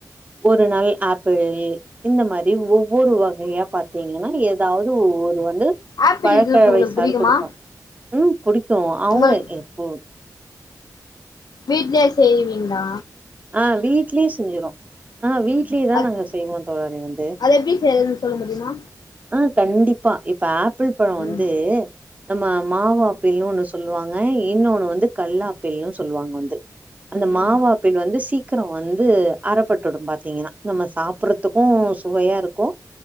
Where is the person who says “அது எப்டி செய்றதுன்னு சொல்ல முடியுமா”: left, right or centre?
Left